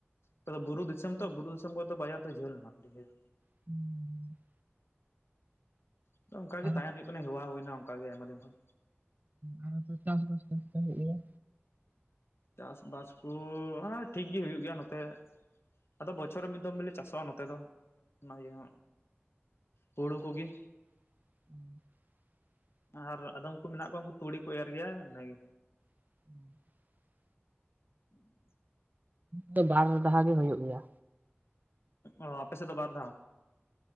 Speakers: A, on the left; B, on the right.
A: ᱛᱚᱵᱮ ᱵᱩᱨᱩ ᱫᱤᱥᱚᱢ ᱛᱚ ᱵᱩᱨᱩ ᱫᱤᱥᱚᱢ ᱠᱷᱚᱱ ᱫᱚ ᱵᱟᱡᱟᱨ ᱫᱚ ᱡᱷᱟᱹᱞ ᱮᱱᱟ ᱰᱷᱮᱨ
B: <inaudible>
A: ᱟᱫᱚ ᱚᱱᱠᱟ ᱜᱮ
B: ᱟᱨ
A: ᱛᱟᱦᱮᱱ ᱦᱩᱭᱩᱜ ᱠᱟᱱᱟ, ᱦᱮᱣᱟ ᱦᱩᱭ ᱮᱱᱟ ᱚᱱᱠᱟ ᱜᱮ ᱟᱭᱢᱟ ᱫᱤᱱ ᱠᱷᱚᱱ᱾
B: ᱟᱨ ᱚᱱᱛᱮ ᱪᱟᱥᱵᱟᱥ ᱫᱚ ᱪᱮᱫ ᱞᱮᱠᱟ ᱦᱩᱭᱩᱜ ᱜᱮᱭᱟ?
A: ᱪᱟᱥᱵᱟᱥ ᱠᱚ ᱦᱚᱸ ᱴᱷᱤᱠ ᱜᱮ ᱦᱩᱭᱩᱜ ᱜᱮᱭᱟ ᱱᱚᱛᱮ ᱟᱫᱚ ᱵᱚᱪᱷᱚᱨ ᱨᱮ ᱢᱤᱫ ᱫᱚᱢ ᱜᱮᱞᱮ ᱪᱟᱥᱚᱜᱼᱟ, ᱱᱚᱛᱮ ᱫᱚ ᱚᱱᱟ ᱤᱭᱟᱹ ᱦᱩᱲᱩ ᱠᱚᱜᱤ᱾
B: <inaudible>
A: ᱟᱨ ᱟᱫᱚᱢ ᱠᱚ ᱩᱱᱠᱩ ᱢᱮᱱᱟᱜ ᱠᱚᱣᱟ ᱩᱱᱠᱩ ᱛᱩᱲᱤ ᱠᱚ ᱮᱨ ᱜᱮᱭᱟ ᱤᱱᱟᱹᱜᱮ
B: <inaudible>
A: <inaudible>
B: ᱫᱚ ᱵᱟᱨ ᱫᱷᱟᱣ ᱜᱮ ᱦᱩᱭᱩᱜ ᱜᱮᱭᱟ᱾
A: ᱚ ᱟᱯᱮ ᱥᱮᱫ ᱫᱚ ᱵᱟᱨ ᱫᱷᱟᱣ?